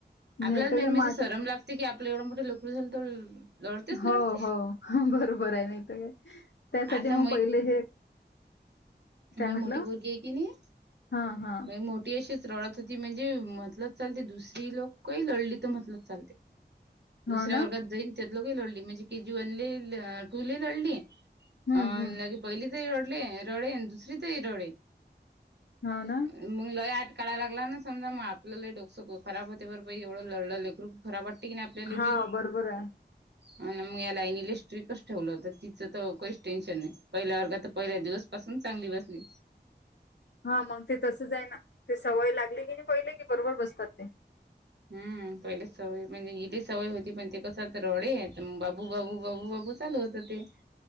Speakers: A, on the right; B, on the left.
A: आपल्याला
B: नाही तर
A: मेन
B: काय
A: म्हणजे
B: म आता
A: सरम लागते की आपलं एवढं मोठे लेकरू झालं तर. लढतेच लढते.
B: हो हो बरोबर आहे नाही तर काय त्यासाठी
A: आता
B: मग पहिले हे. काय
A: माई
B: म्हटलं
A: मोटी पोरगी ही की नई,
B: हा हा
A: माई मोट ती अशीच रडत होती. म्हणजे म्हटलच चालते दुसरी लोकही लढली तर म्हटलं चालतंय.
B: हो
A: दुसऱ्या
B: ना
A: वर्गात दैन त्यात लोके लढली म्हणजे के जी वन टू लढली.
B: हम्म
A: अलागी
B: हम्म
A: पहिली तही रडले रडे आणि दुसरी तही रडे.
B: हाव ना.
A: मग लय आट काळाय लागला ना समजा मग आपलं लय डोकसो खराब होते बर ब एवढं लढलं लेकरू. खराब वाटते की नाही आपल्याला
B: हा
A: बी.
B: बरोबर आहे
A: आणि मग या लाईन ल स्ट्रीकस ठेवलं होत तिचं तर काहीच टेन्शन नाही पहिल्या वर्गा तर पहिल्या दिवस. पसंत चांगली बसली.
B: हा मग ते तसच आहे ना ते सवय लागली की नाही पहिले की बरोबर बसतात ते.
A: हम्म पहिले सवय म्हणजे हिली सवय होती पण ते कसात रडे बाबू बाबू बाबू बाबू चालू होतं ते.